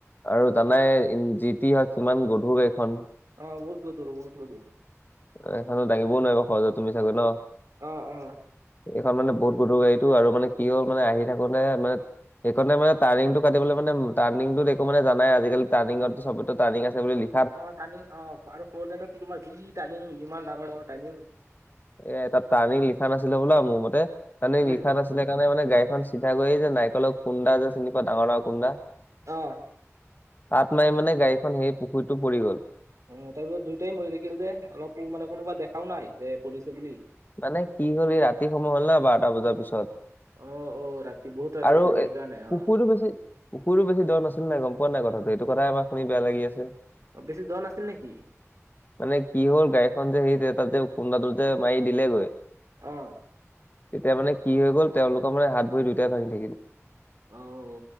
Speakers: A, on the left (about 40°); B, on the right (about 75°).
A: আৰু জানাই যি টি হয় কিমান গধুৰ গাড়ীখন।
B: অহ বহুত গধুৰ বহুত গধুৰ।
A: এখন হাতে দাঙিবও নোৱাৰিব সহজতে তুমি চাগৈ ন?
B: অ অ
A: এইখন মানে বহুত গধুৰ গাড়ীটো আৰু মানে কি হ'ল মানে আহি থাকোতে মানে সেইখনে মানে টাৰ্ণিঙটো কাটিবলে মানে টাৰ্ণিঙটোত একো মানে জানাই আজিকালি টাৰ্ণিঙত চবতে টাৰ্ণিং আছে বুলি লি
B: অহ টাণিং অহ আৰু ফৰ লেন্দতটো তোমাৰ যি টাৰ্ণিং যিমান ডাঙৰ ডাঙৰ টাৰ্ণিং
A: এ তাত টাৰ্ণিং লিখা নাছিলে বোলা মোৰ মতে টাৰ্ণিং
B: উম
A: লিখা নাছিল ছিলে সেইকাৰণে মানে গাড়ীখন চিধা গৈয়ে এই যে নাৰিকলৰ কুন্দা যে চিনি পোৱা ডাঙৰ ডাঙৰ কুন্দা?
B: অহ।
A: তাত মাৰি মানে গাড়ীখন সেই পুখুৰীটোত পৰি গ'ল।
B: উম তাৰপিছত দুইটায়ে মৰি থাকিল যে অলপো মানে কোনোবা দেখাও নাই যে পৰিছে বুলি?
A: মানে কি হ'ল এই ৰাতি সময় হ'ল না বাৰটা বজাৰ পিছত
B: অ', অ', ৰাতি বহুত ৰাতি
A: আৰু
B: আছিলে সেইকাৰণে
A: এ
B: অ',
A: পুখুৰীতো বেছি পুখুৰীতো বেছি দ' নাছিল নাই গম পোৱা নাই কথাটো এইটো কথাই আমাৰ শুনি বেয়া লাগি আছে।
B: অ বেছি দ' নাছিল নেকি?
A: মানে কি হ'ল গাড়ীখন যে সেই তাত যে কুন্দাটোত যে মাৰি দিলে গৈ
B: অ'।
A: তেতিয়া মানে কি হৈ গ'ল, তেওঁলোকৰ মানে হাত ভৰি দুইটাই ভাঙি থাকিলে।
B: অও